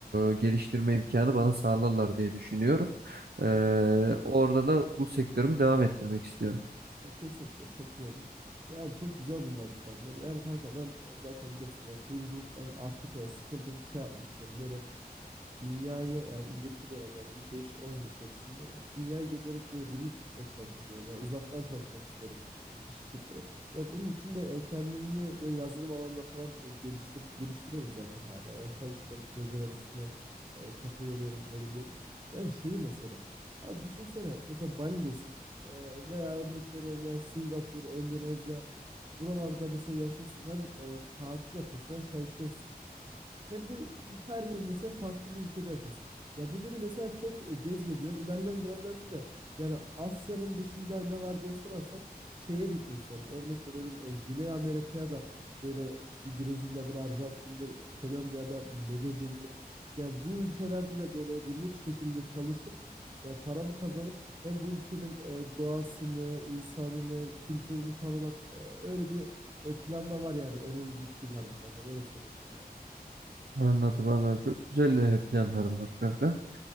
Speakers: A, on the right (about 80°); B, on the right (about 30°).
A: e, geliştirme imkanı bana sağlarlar diye düşünüyorum.
B: Kesinlikle.
A: E, orada da bu sektörümü devam ettirmek istiyorum.
B: Ya kesinlikle çok iyi olur. Yani çok güzel bunlar planlar. Yani kanka ben e, zaten biliyorsun e, kuyumculuktan artık e, sıkıldım şey yapmak istiyorum. Böyle dünyayı yani ileriki dönemlerde bir beş on yıl içerisinde dünyayı gezerek böyle remote e, çalışmak istiyorum. Yani uzaktan çalışmak istiyorum bir şirketlere. Ya bunun için de e, kendimi böyle yazılım alanında falan e, geliştir geliştiriyorum zaten hala. Yani çalışıyorum projeler üstüne e, kafa yoruyorum öyle diyelim. Yani şeyi mesela abi düşünsene mesela Bali'desin e, veya örnek veriyorum yani Singapur, Endonezya buralarda mesela yaşıyorsun hem e, tatil yapıyorsun hem çalışıyorsun. Hem de her yıl mesela farklı bir ülkede yaşıyorsun. Ya bu beni mesela çok e, cezbediyor. İlerleyen dönemlerde de yani Asya'nın dışında ne var diye sorarsan şeye de gitmek istiyorum. Örnek veriyorum e, Güney Amerika'ya da böyle bir Brezilya'dır, Arjantin'dir, Kolombiya'da Medellin'dir. Yani bu ülkelerde de böyle remote şekilde çalışıp ya paramı kazanıp hem bu ülkenin e, doğasını, insanını, kültürünü tanımak e, öyle bir e, plan da var yani önümüzdeki yıllarda kanka. Böyle söyleyeyim sana yani.
A: Anladım anladım. Çok güzel e, planlarım var kanka.